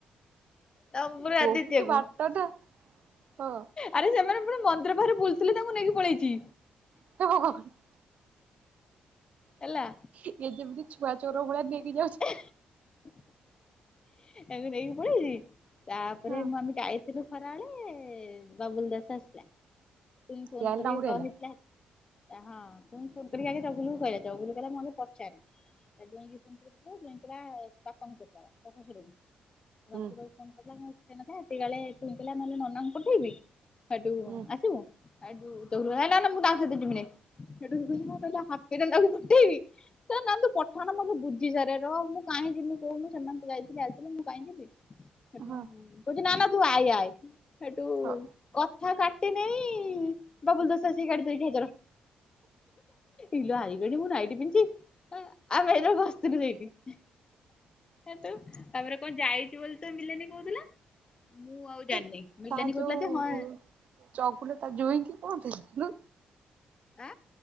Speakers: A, on the left; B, on the right.
A: ଡମ୍ବରୁ
B: ବହୁତ
A: ଆଦିତ୍ୟକୁ
B: ବାଟ ନା ହଁ।
A: ଆରେ ସେମାନେ ପୁଣି ମନ୍ଦିର ପାଖରେ ବୁଲ୍ ଥିଲେ ତାଙ୍କୁ ନେଇକି ପଳେଇଛି।
B: <unintelligible>
A: ହେଲା
B: ଇଏ ଯେମିତି ଛୁଆ ଚୋର ଭଳିଆ ନେଇକି ଯାଉଛନ୍ତି।
A: ଏବେ ନେଇକି ପଳେଇବି ତାପରେ
B: ହଁ
A: ମୁଁ ଆମ ଗାଇ ସେଠୁ ଖରାଏଳେ ବାବୁଲ ଦାସ ଆସିଥିଲା ଟୁଇଁ ଫୋନ
B: ଖିଆ ହେଲା
A: କରି
B: ନା ଉଡେଇଲା
A: କହିଥିଲା ହଁ ଟୁଇଁ ଫୋନ କରିକି ଆଗେ ଜଗୁଲ କୁ କହିଲା ଜଗୁଲ କହିଲା ମୁଁ ଆଗେ ପଚାରିବି। ସେଥିପାଇଁ <inaudible> ଯଇଁ କହିଲା ବାପାଙ୍କୁ ପଚାର ତା ଶଶୁରକୁ। ଶସୁରକୁ
B: ହୁଁ
A: ଫୋନ କରିଥିଲା କଣ ଉଠେଇ ନଥିଲେ ହେତିକିଏଳେ ଟୁଇଁ କହିଲା ନହେଲେ ନନାଙ୍କୁ ପଠେଇବି? ହେଠୁ
B: ହୁଁ।
A: ଆସିବୁ ହେଠୁ ତାପରେ କହିଲାନା ମୁଁ ତା ସହିତ ଜିବିନେଇ। ହେଠୁ ମୁଁ କହିଲି ନାଁ କହିଲି ହାତରେ ନେଇ କୁଟିବି। ତ ନା ତୁ ପଠାନି ମୁଁ ଆଗେ ବୁଝି ସାରେ ର ମୁଁ କାହିଁ ଯିବି କହୁନୁ ସେମାନେ ତ ଯାଇଥିଲେ ଆସିଲେ ମୁଁ କାହିଁ ଯିବି। କହୁଛି
B: ହଁ
A: ନା ନା ତୁ ଆଇ ଆଇ ହେଠୁ
B: ହଉ
A: କଥା କାଟି ନେଇ ବାବୁଲ ଦାସ ଆସିକି କାଟି ଦେଇଚି ହଜାର। ଇଲୋ ଆଇଲେଣି ମୁଁ ନାଇଟି ପିନ୍ଧଛି। ଆମେ ଏଇନା ବସିଥିଲୁ ହେଇଠି। ହେଠୁ ତାପରେ କଣ ଯାଇଛୁ ବୋଲି ତ ମିଲାନୀ କହୁଥିଲା ମୁଁ ଆଉ
B: ଏ
A: ଜାଣିନି। ମିିଲାନି
B: ତା ଯୋଉ
A: କହୁଉଥିଲା ଯେ ହଁ
B: ଚଗୁଲ ତା ଜୋଇଁକି କଉ ଥେଲେ ନୁଉ?
A: ଆ